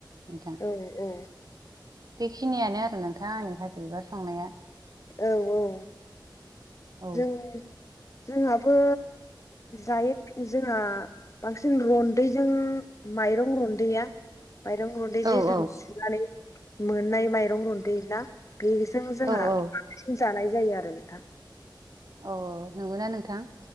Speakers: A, on the right; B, on the left.
A: नोंथां।
B: ओ औ।
A: बेखिनियानो आरो नोंथां आंनि थास' बिबार संनाया।
B: औ औ।
A: औ
B: जों-जोंहाबो जायो जोंहा बांसिन रन्दैजों माइरं रन्दैया माइरं रन्दै
A: औ
B: जे जों
A: औ
B: सुनानै मोननाय माइरं रुन्दै ना बेजों जोंहा
A: औ औ
B: बांसिन जानाय जायो आरो नोंथां।
A: अ नंगौना नोंथां?